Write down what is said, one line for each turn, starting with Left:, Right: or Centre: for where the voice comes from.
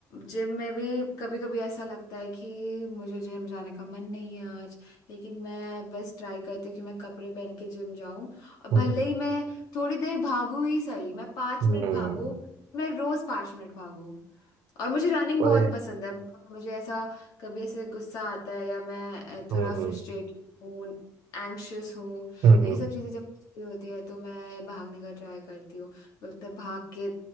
Left: जिम में भी कभी कभी ऐसा लगता है कि मुझे जिम जाने का मन नहीं है आज लेकिन मैं बस ट्राई करती हूँ कि मैं कपड़े पहन के जिम जाऊं और
Right: हम्म
Left: भले ही मैं थोड़ी देर भागू ही सही मैं पाँच
Right: हम्म,
Left: मिनट
Right: हम्म,
Left: भागू मैं रोज पाँच मिनट भागू और मुझे रनिंग
Right: वही
Left: बहुत पसंद है मुझे ऐसा कभी ऐसे गुस्सा आता है या मैं अ,
Right: हम्म
Left: थोड़ा फ्रस्ट्रेटेड हूँ एंग्शियस हूँ
Right: हम्म
Left: ये सब चीजें जब मुझे होती है तो मैं भागने का ट्राई करती हूँ बोलते भाग के